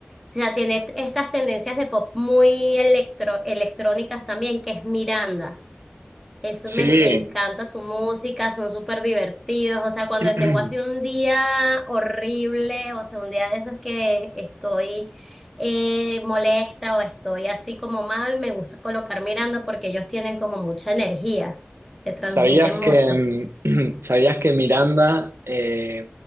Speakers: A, in the centre; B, on the right.
A: sea, tiene estas tendencias de pop muy electro, electrónicas también, que es Miranda. Eso
B: Sí,
A: me, me encanta su música, son súper divertidos. O sea, cuando
B: <clears throat>
A: tengo así un día horrible, o sea, un día de esos que estoy eh, molesta o estoy así como mal, me gusta colocar mirando porque ellos tienen como mucha energía, te transmiten
B: ¿Sabías
A: mucho.
B: que, mm, <clears throat> sabías que Miranda eh,